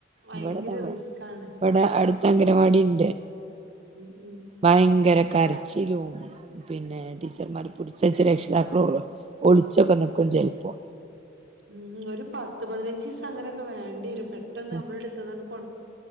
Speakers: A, on the right; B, on the right.
A: ഭയങ്കര
B: ഇവിടെ ത
A: റിസ്ക്കാണ്
B: ഇവിടെ അടുത്ത അങ്കനവാടി ഉണ്ട്
A: ഉം ഉം
B: ഭയങ്കര കരച്ചിലും പിന്നെ ടീച്ചർമാര് പിടിച്ച് വച്ച് രക്ഷിതാക്കൾ ഒളിച്ചൊക്കെ നിക്കും ചെലപ്പോ
A: ഉം ഒരു പത്ത് പതിനഞ്ച് ദിവസം അങ്ങനെയൊക്കെ വേ ണ്ടി വരും പെട്ടെന്ന്
B: ആ
A: നമ്മളുടെ എടുത്തേതാണ്ട്